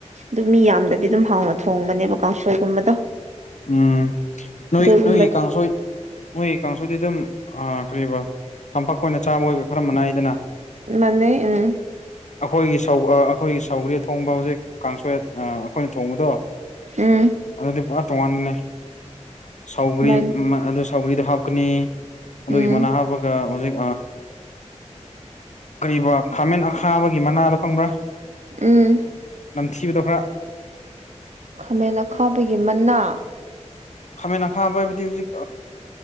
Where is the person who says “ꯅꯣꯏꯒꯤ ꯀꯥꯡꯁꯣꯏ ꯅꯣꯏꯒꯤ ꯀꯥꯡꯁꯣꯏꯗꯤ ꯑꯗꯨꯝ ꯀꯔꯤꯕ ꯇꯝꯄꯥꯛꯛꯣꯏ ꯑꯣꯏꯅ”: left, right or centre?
Left